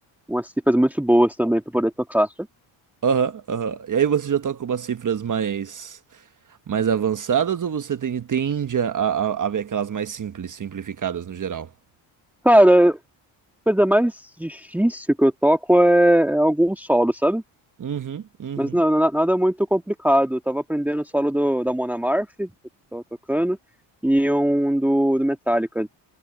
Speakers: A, in the centre; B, on the right.
A: umas cifras muito boas também pra poder tocar.
B: Aham, aham. E aí você já toca umas cifras mais, mais avançadas ou você tem- tende a, a, a ver aquelas mais simples, simplificadas no geral?
A: Cara, a coisa mais difícil que eu toco é, é algum solo, sabe?
B: Uhum, uhum.
A: Mas não, na- nada muito complicado. Eu tava aprendendo o solo do, da Mon Amarth, que eu tava tocando, e um do, do Metallica,